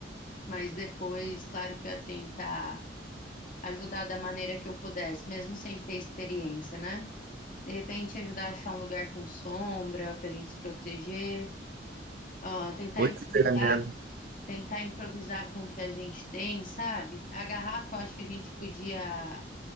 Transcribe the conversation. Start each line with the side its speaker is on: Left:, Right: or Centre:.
Left: Mas depois, claro que eu ia tentar ajudar da maneira que eu pudesse, mesmo sem ter experiência, né? De repente, ajudar a achar um lugar com sombra para a gente se proteger, ah, tentar
Right: Pois
Left: improvisar,
Right: é, né?
Left: tentar improvisar com o que a gente tem, sabe? A garrafa, eu acho que a gente podia